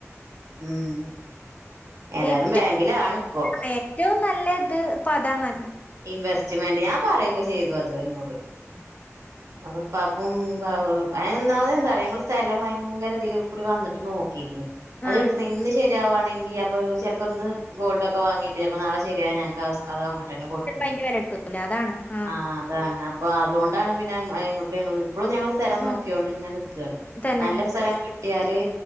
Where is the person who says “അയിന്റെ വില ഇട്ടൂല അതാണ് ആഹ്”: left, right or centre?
Left